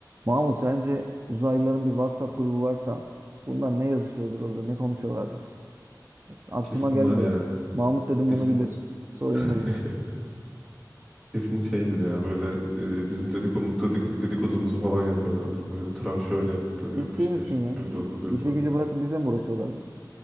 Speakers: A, on the right (about 35°); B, in the centre.
A: Mahmut sence uzaylıların bir WhatsApp grubu varsa bunlar ne yazışıyordur orada ne konuşuyorlardır? Evet, Aklıma
B: Kesin
A: geldi
B: var
A: de
B: ya.
A: Mahmut dedim
B: Kesin
A: bunu bilir. Sorayım
B: <laughs>
A: dedim.
B: kesin şeydir ya böyle e, bizim dedikodumuz, dedikodumuzu falan yapıyorlardır. Böyle Trump şöyle yaptı.
A: Ciddi
B: Yok işte
A: misin
B: ş-
A: ya?
B: şöyle oldu böyle
A: İşi
B: oldu.
A: gücü bırakıp bizle mi uğraşıyorlardır?